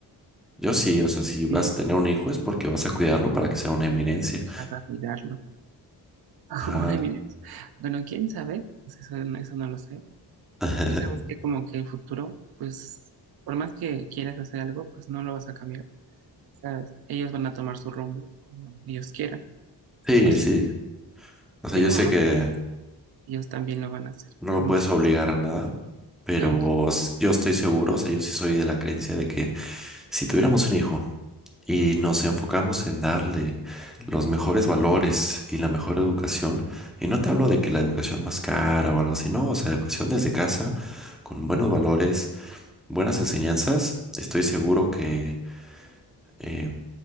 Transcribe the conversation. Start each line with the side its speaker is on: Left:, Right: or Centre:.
Centre: Yo sí, o sea, si vas
Right: sí,
Centre: a tener un hijo es porque vas a cuidarlo para que sea una eminencia.
Right: vas a cuidarlo. <laughs>
Centre: Ajá.
Right: Una de Bueno, quién sabe, Pues eso, no- eso no lo sé.
Centre: <laughs>
Right: Es que sabes que como que el futuro, pues por más que quieras hacer algo, pues no lo vas a cambiar. O sea, ellos van a tomar su rumbo como ellos quieran.
Centre: Sí,
Right: Los
Centre: sí.
Right: hijos,
Centre: O
Right: así
Centre: sea, yo
Right: como
Centre: sé
Right: nosotros,
Centre: que
Right: ellos también lo van a hacer.
Centre: no
Right: Entonces,
Centre: lo puedes obligar a nada, pero
Right: no,
Centre: s- yo estoy seguro, o sea, yo sí soy de la creencia de que si tuviéramos un hijo y nos enfocamos en darle los mejores valores y la mejor educación, y no te hablo de que la educación más cara o algo así, no, o sea, educación desde casa, con buenos valores, buenas enseñanzas, estoy seguro que... eh,